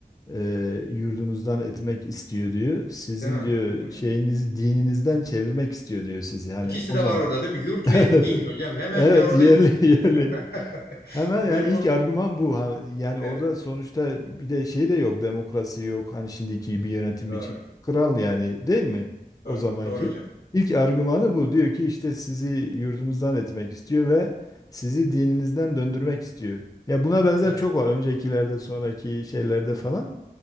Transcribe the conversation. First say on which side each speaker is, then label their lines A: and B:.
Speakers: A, on the left; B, on the left.
A: e, yurdunuzdan etmek istiyor diyor. Sizin
B: değil mi?
A: diyor
B: Hı.
A: şeyiniz dininizden çevirmek istiyor diyor sizi. Hani
B: İkisi
A: o
B: de
A: zaman.
B: var orada değil mi? Yurt
A: <laughs>
B: ve
A: Evet.
B: din hocam. Hemen
A: Evet
B: de orada
A: yerli
B: iki...
A: yerli.
B: <laughs>
A: Hemen
B: Ben
A: yani ilk
B: bu
A: argüman bu. Ha, Yani orada
B: evet
A: sonuçta bir de şey de yok, demokrasi yok. Hani şimdiki gibi yönetim
B: doğru.
A: biçimi kral yani değil mi? O
B: Doğru.
A: zamanki.
B: Doğru hocam.
A: İlk argümanı bu. Diyor ki işte sizi yurdunuzdan etmek istiyor ve sizi dininizden döndürmek istiyor. Ya buna benzer
B: Evet.
A: çok var. Öncekilerde, sonraki şeylerde falan.